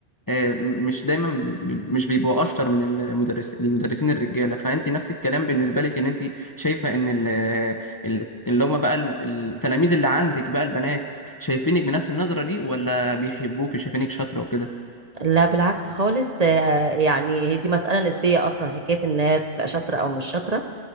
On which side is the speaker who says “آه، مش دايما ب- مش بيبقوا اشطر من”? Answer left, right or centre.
Left